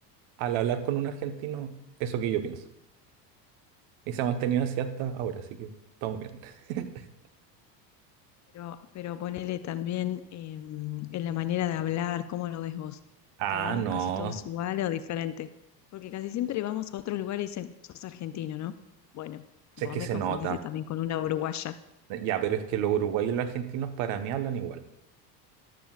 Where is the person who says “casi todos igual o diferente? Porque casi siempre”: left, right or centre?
Left